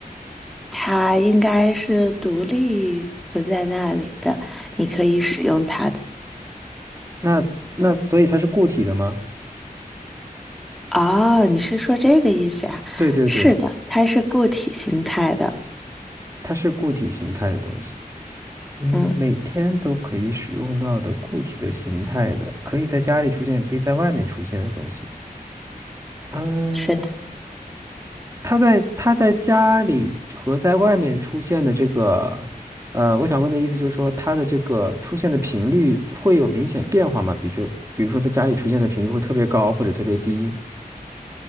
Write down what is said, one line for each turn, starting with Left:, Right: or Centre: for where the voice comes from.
Centre: 它应该是独立存在那里的，你可以使用它的。
Right: 那那所以它是固体的吗？
Centre: 哦，你是说这个意思啊？
Right: 对对对，
Centre: 是的，它是固体形态的。
Right: 它是固体形态的东西。嗯，
Centre: 嗯，
Right: 每天都可以使用到的固体的形态的，可以在家里出现，也可以在外面出现的东西。嗯，
Centre: 是的。
Right: 他在他在家里和在外面出现的这个，呃，我想问的意思就是说，他的这个出现的频率会有明显变化吗？比如说比如说在家里出现的频率会特别高或者特别低